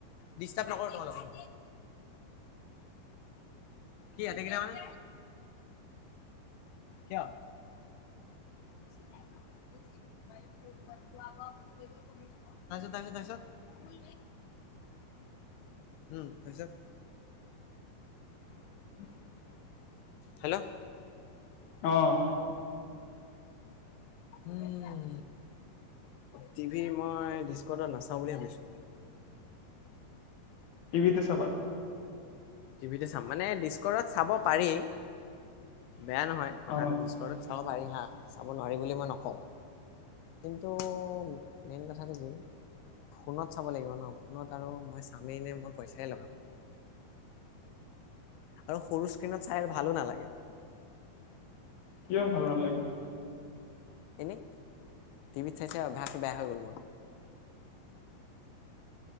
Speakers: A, on the left; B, on the left.
A: দিস্টাব নকৰোঁ তোমালোকক। কি এতে কিৰা মানে? কিয়?
B: <inaudible>
A: তাৰপিছত তাৰপিছত তাৰপিছত।
B: <inaudible>
A: উম তাপিছত।
B: <inaudible>
A: হেল্লো'
B: আহ <inaudible>
A: উম টি ভি মই ডিস্কডাত নাচাওঁ বুলি ভাবিছো।
B: টি ভিতে চাবা।
A: টিভিটে চাম মানে ডিস্কৰত চাব পাৰি বেয়া নহয় কথাটো
B: অ
A: ডিস্কৰত চাব পাৰি হা চাব নোৱাৰিম বুলি মই নকওঁ। কিন্তু মেইন কথাটো কি ফোনত চাব লাগিব ন ফোনত আৰু মই চামেই নে মই পইচাই লগাম। আৰু সৰু স্ক্ৰীণত চাই ভালো নালাগে।
B: কিয় ভাল নালাগে।
A: এনেই টিভিত চাই চাই অভ্যাসটো বেয়া হৈ গ'ল মোৰ।